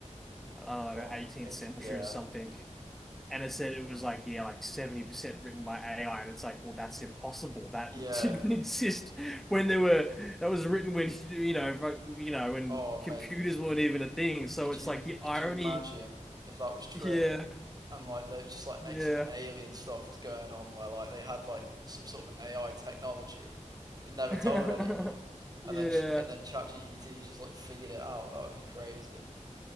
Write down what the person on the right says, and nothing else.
What,
eight
yeah.
Yeah.
Oh mate,
could
you
could
you imagine if that was true?
and like there was just like
some alien stuff was going on where like they had like some sort of AI technology, but never
told anyone,
and then and then ChatGPT just like figured it out. That would be crazy.